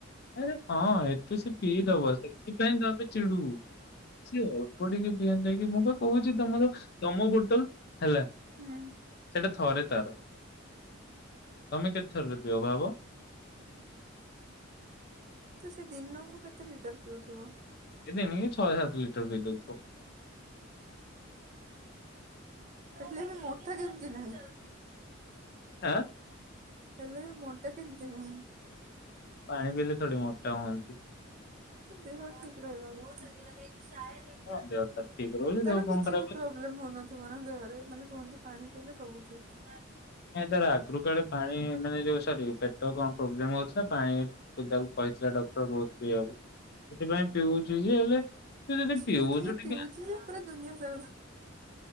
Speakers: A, on the left; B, on the right.
A: ଆରେ ହଁ ଏତେ ସେ ପିଇଦବ ସେଥିପାଇଁ ତମେ ଚିଡୁ ସିଏ ଅ ଏ ଟିକେ ପିଆ ନେଇକି ମୁଁ ବା କହୁଚି ତମର ତମ ହୋଟେଲ ହେଲା।
B: ହୁଁ
A: ସେଇଟା ଥରେ ତାର ତମେ କେତେଥରରେ ପିଅ ଭାବ।
B: ତୁ ସେ ଦିନକୁ କେତେ ଲିଟର ପିଉଥିବ?
A: <unintelligible> ଛ ସାତ ଲିଟର ପିଦଉଥିବ।
B: ହେଲେ ବି ମୋଠା କେମିତି ନାହିଁ?
A: ଆଁ
B: ହେଲେ ମୁଣ୍ଡ କେମିତି ନାହିଁ?
A: ପାଣି ପିଇଲେ ଥୋଡି ମୋଟା ହୁଅନ୍ତି।
B: ତ ଦେହ ଠିକ ରହିବ।
A: ହଁ ଦେହ ତାର ଠିକ ରହୁଛି ଦେହ
B: ତାର
A: କଣ
B: କିଛି
A: ଖରାପ
B: ବି
A: ହଉଛି
B: ପ୍ରୋବ୍ଲେମ ହଉନଥି <unintelligible> ଦେହରେ ମାନେ କୁହନ୍ତି ପାଣି ପିଇଲେ ସବୁ ଠିକ୍।
A: ନାଇ ତାର ଆଗରୁ କାଳେ ପାଣି ମାନେ ଯୋଉ ସରି ତାର କଣ ପ୍ରୋବ୍ଲେମ ଅଛି ତ ପାଣି ପିବାକୁ କହିଥିଲା ଡକ୍ଟର ବହୁତ ପିଇବାକୁ। ସେଥିପାଇଁ ପିଉଚି ଯେ ହେଲେ ତୁ ଯଦି
B: ପିଉଛି
A: ପିଉଚୁ
B: ଯେ
A: ଟିକେ
B: ପିଉଛି
A: ଆ
B: ଯେ ପୁରା ଦୁନିଆ ସାରା